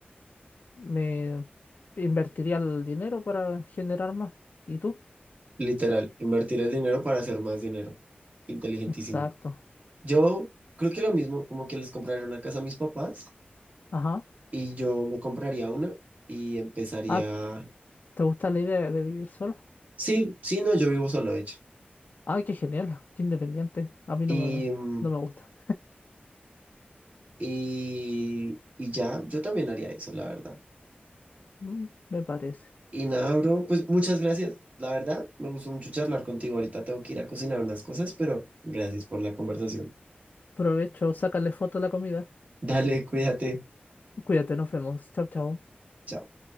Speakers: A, on the left; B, on the right.
A: me invertiría el dinero para generar más. ¿Y tú?
B: literal, invertir el dinero para hacer más dinero. Inteligentísimo.
A: Exacto.
B: Yo creo que lo mismo, como que les compraría una casa a mis papás
A: Ajá.
B: y yo me compraría una y empezaría...
A: Ah, ¿te gusta la idea de vivir solo?
B: Sí, sí, no, yo vivo solo, de hecho.
A: Ay, qué genial, qué independiente. A mí
B: y
A: no me,
B: mm,
A: no me gusta.
B: Y, y ya, yo también haría eso, la verdad.
A: Mm, me parece.
B: Y nada, bro, pues muchas gracias. La verdad, me gustó mucho charlar contigo. Ahorita tengo que ir a cocinar unas cosas, pero gracias por la conversación.
A: Provecho, sácale foto a la comida.
B: Dale, cuídate.
A: Cuídate, nos vemos. Chao, chao.
B: Chao.